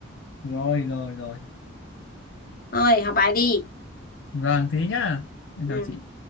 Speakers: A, on the left (about 70°); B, on the left (about 45°).
A: rồi rồi rồi
B: thôi học bài đi
A: vâng thế nhá em
B: ừ
A: chào chị